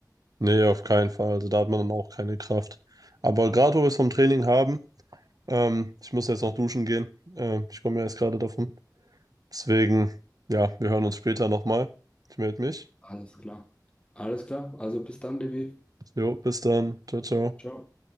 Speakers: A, on the right (about 55°); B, on the left (about 15°).
A: nee, auf keinen Fall, also da hat man dann auch keine Kraft. Aber gerade wo wir es vom Training haben, ähm, ich muss jetzt noch duschen gehen, äh, ich komme ja erst gerade davon, deswegen, ja, wir hören uns später nochmal. Ich melde mich.
B: Alles klar. Alles klar. Also bis dann, Devi.
A: Jo, bis dann. Ciao, ciao.
B: Ciao.